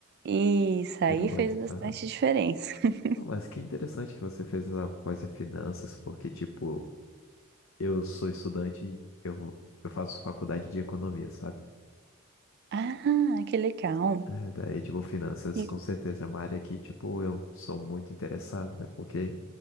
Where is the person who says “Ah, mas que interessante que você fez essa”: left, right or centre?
Left